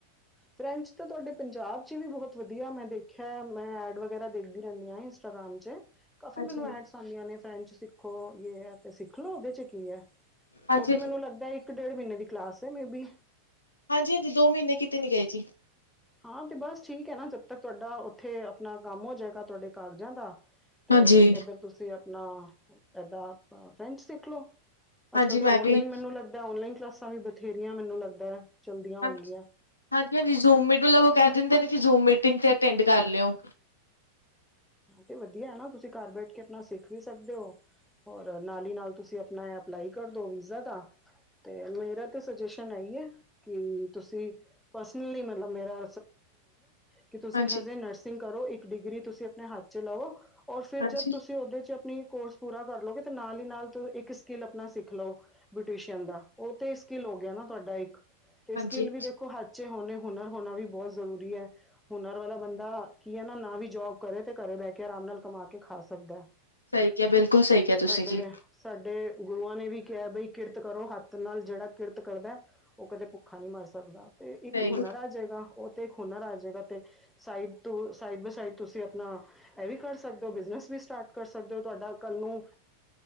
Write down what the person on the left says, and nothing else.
ਹਾਂਜੀ
ਹਾਂਜੀ
ਹਾਂਜੀ
ਹਾਂਜੀ ਹਾਂਜੀ ਦੋ ਮਹੀਨੇ ਕਿਤੇ ਨਹੀਂ ਗਏ ਜੀ।
ਹਾਂਜੀ
ਹਾਂਜੀ
ਮੈਂ
ਵੀ
ਹਾਂਜੀ ਹਾਂਜੀ ਜੂਮ ਮਿਡਲ ਕਰ ਦਿੰਦੇ ਨੇ ਕਿ ਜ਼ੋ ਮੀਟਿੰਗ ਤੇ ਅਟੈਂਡ ਕਰ ਲਿਓ।
ਹਾਂਜੀ
ਹਾਂਜੀ
ਹਾਂਜੀ
ਸਹੀ ਕਿਹਾ ਬਿਲਕੁਲ ਸਹੀ ਕਿਹਾ ਤੁਸੀਂ
ਜੀ
ਸਹੀ